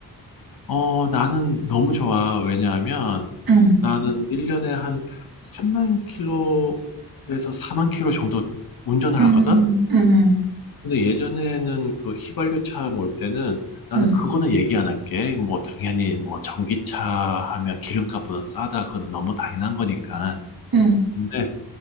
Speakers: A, on the left; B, on the right.
A: 어, 나는 너무 좋아. 왜냐하면
B: 응.
A: 나는 1년에 한 3만 킬로에서 4만 킬로 정도 운전을
B: 음,
A: 하거든?
B: 음, 음,
A: 근데 예전에는 그 휘발유 차 몰 때는 나는
B: 음,
A: 그거는 얘기 안 할게. 뭐, 당연히 뭐, 전기차 하면 기름값보다 싸다. 그거는 너무 당연한 거니까.
B: 음.
A: 근데